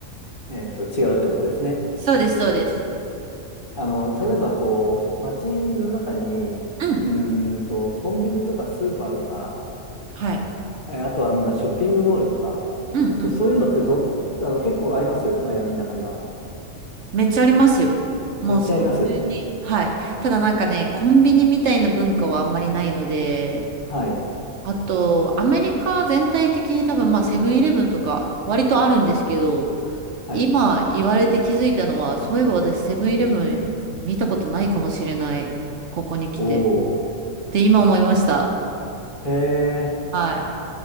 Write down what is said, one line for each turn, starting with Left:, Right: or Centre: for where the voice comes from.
Left: あ、えっと、違うってことですね。
Right: そうです、そうです。
Left: あの、例えば、こう、街の中に、
Right: うん。
Left: うーんと、コンビニとかスーパーとか、
Right: はい。
Left: えーあとはなんだ、ショッピングモールとか、
Right: うんうん。
Left: えっと、そういうのってどん、あの、結構ありますマイアミの中には。
Right: めっちゃありますよ。もうその辺に。
Left: めっちゃあります。
Right: はい。ただなんかね、コンビニみたいな文化はあんまりないので、
Left: はい。
Right: あと、アメリカ全体的に多分まあセブンイレブンとか割とあるんですけど、
Left: はい。
Right: 今言われて気づいたのは、そういえば私セブンイレブン見たことないかもしれない。ここに来て。
Left: おー。
Right: って今思いました。
Left: へえ。
Right: はい。